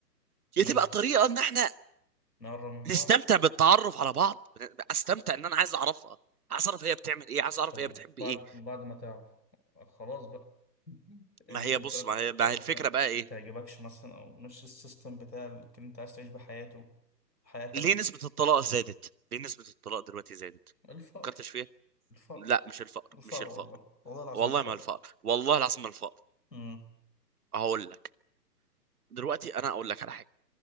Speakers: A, on the left; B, on the right.
A: امم
B: يا تبقى طريقة ان احنا
A: نقرب من
B: نستمتع
A: بعض
B: بالتعرف على بعض استمتع ان انا عايز اعرفها عايز اعرف هي بتعمل ايه عايز اعرف
A: طب وبعد
B: هي بتحب ايه
A: بعد ما تعرف خلاص بقى ممكن
B: ما هي بص
A: تلاتة
B: ما هي ما
A: تلاتة
B: هي الفكره بقى ايه
A: متعجبكش مثلا أو مش السيستم بتاع اللي أنت عايز تعيش بحياته حياتك
B: ليه نسبه الطلاق زادت ليه نسبه الطلاق دلوقتي زادت
A: الفقر
B: فكرتش فيها
A: الفقر
B: لا مش الفقر
A: الفقر
B: مش الفقر
A: والله والله العظيم
B: والله
A: الفقر
B: ما الفقر والله العظيم ما الفقر
A: امم
B: هقول لك دلوقتي انا اقول لك على حاجه